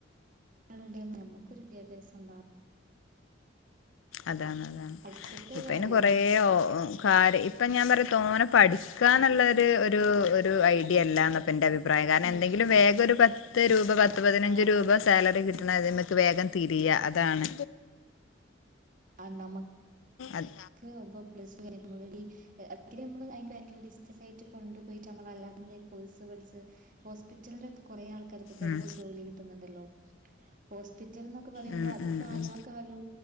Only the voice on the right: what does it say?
<unintelligible> നമ്മക്കൊരു വിദ്യാഭ്യാസണ്ടാ
പഠിച്ചിട്ടോ
കാര്യള്ളൂ
അതെ
ആഹ് ആഹ്
ആ നമ്മ
ന്ക്ക് ഒമ്പതെ ഏ പ്ലസ് <inaudible> നമ്മള് അയിന്റെ ഭാഗില് ലിസ്റ്റ് <unintelligible> കൊണ്ടു പോയിട്ട് നമ്മളാ <unintelligible> കോഴ്‌സ് പഠിച്ച് ഹോസ്പിറ്റല്ലൊക്കെ കുറേ ആൾക്കാർക്ക്‌ പഠിച്ച്
ജോലി കിട്ടുന്നുണ്ടല്ലോ. ഹോസ് പിറ്റല്ന്നൊക്കെ പറയുമ്പോ
അത്
കാലാ
കാലോ